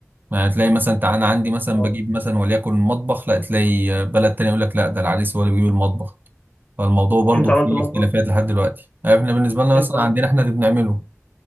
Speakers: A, on the right; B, on the left.
A: ما تلاقي مثلا تع- انا عندي مثلا
B: اه
A: بجيب مثلا وليكن مطبخ لا تلاقي بلد تاني يقول لك لا ده العريس هو اللي بيجيب المطبخ فالموضوع برضو
B: انتوا
A: فيه
B: عملتوا المطبخ
A: اختلافات لحد دلوقتي يعني احنا بالنسبه لنا مثلا
B: انتوا عملتوا
A: عندنا احنا اللي بنعمله